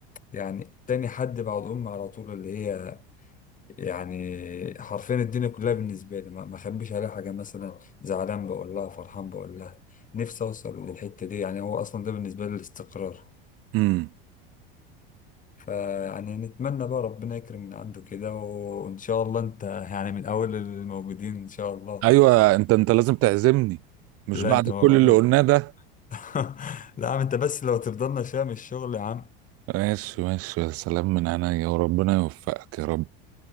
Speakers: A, on the left; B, on the right.
A: يعني تاني حد بعد امي على طول اللي هي يعني حرفيا الدنيا كلها بالنسبه لي ما ما اخبيش عليها حاجه مثلا زعلان بقول لها فرحان بقول لها نفسي اوصل للحته دي يعني هو اصلا ده بالنسبه لي الاستقرار
B: امم
A: فيعني نتمنى بقى ربنا يكرم من عنده كده وإن شاء الله أنت يعني من أول الموجودين إن شاء الله
B: ايوه انت انت لازم تعزمني مش
A: لا
B: بعد
A: أنت موجود
B: كل اللي قلناه ده
A: <laughs> لا يا عم أنت بس لو تفضلنا شام الشغل يا عم
B: ماشي ماشي يا سلام من عينيا وربنا يوفقك يا رب